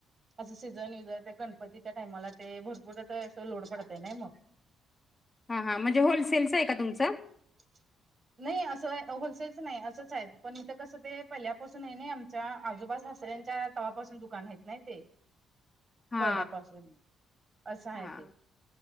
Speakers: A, on the right; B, on the left.
A: असं सीझन यझन गणपतीच्या टाइमाला तेन भरपूर आता लोड पडतय नाही मग
B: हा हां म्हणजे होलसेलचं आहे का तुमचं
A: <inaudible> नाही असं होलसेलच नाही असंच आहेत पण इथ कसं ते पहिल्यापासून आहे नाही आम आजोबा सासऱ्यांच्या तवापासून दुकान आहेत ना ते
B: हा
A: पहिल्यापासून असं आहे
B: हा
A: ते